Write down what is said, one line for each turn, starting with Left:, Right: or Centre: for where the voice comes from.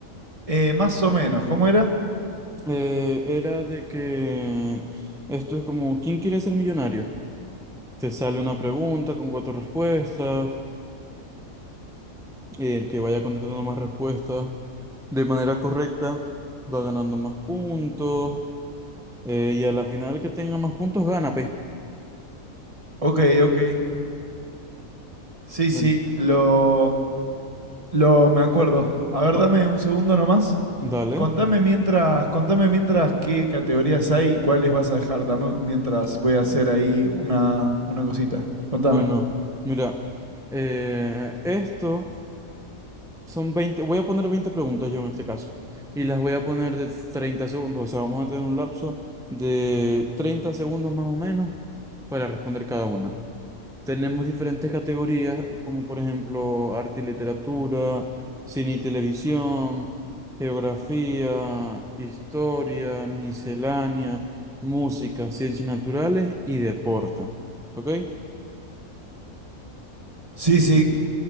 Right: Eh, más o menos, ¿cómo era?
Centre: Eh, era de que esto es como, ¿quién quiere ser millonario? Te sale una pregunta con cuatro respuestas. El que vaya contestando más respuestas de manera correcta va ganando más puntos. Eh, y a la final el que tenga más puntos gana, pe.
Right: Ok, ok. Sí, sí,
Centre: Ven,
Right: lo, lo me acuerdo. A ver,
Centre: oh,
Right: dame un segundo nomás.
Centre: dale.
Right: Contame mientras, contame mientras qué categorías hay y cuáles vas a dejar. Dame mientras voy a hacer ahí una, una cosita. Contame.
Centre: Bueno, mira, eh, esto son 20 voy a poner 20 preguntas yo en este caso. Y las voy a poner de 30 segundos, o sea, vamos a tener un lapso de 30 segundos más o menos para responder cada una. Tenemos diferentes categorías, como por ejemplo arte y literatura, cine y televisión, geografía, historia, miscelánea, música, ciencias naturales y deporte. ¿Ok?
Right: Sí, sí.